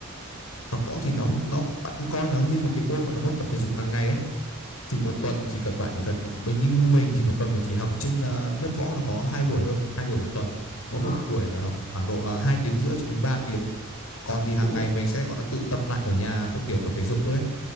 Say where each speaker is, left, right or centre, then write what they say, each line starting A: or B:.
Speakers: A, on the left (about 75°); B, on the left (about 30°).
A: học võ thì nó nó bạn cứ coi nó như một cái môn gọi là môn tập thể dục hàng ngày ấy thì một
B: Ừ.
A: tuần chỉ cần bạn chỉ cần mình như như mình thì một tuần mình chỉ học trên ờ, lớp võ là có hai buổi thôi hai buổi một tuần mỗi
B: À,
A: một buổi là khoảng độ ờ, hai uh, tiếng rưỡi cho đến ba tiếng còn thì hàng
B: ôi rồi.
A: ngày mình sẽ gọi là tự tập lại ở nhà theo kiểu tập thể dục thôi ấy.